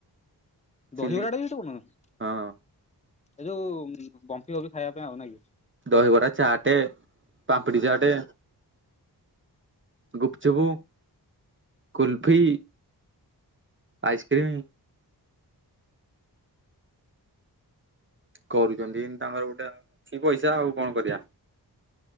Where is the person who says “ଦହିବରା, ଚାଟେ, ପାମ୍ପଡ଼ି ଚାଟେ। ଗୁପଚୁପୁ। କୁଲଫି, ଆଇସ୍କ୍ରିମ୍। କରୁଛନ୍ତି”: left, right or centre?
Right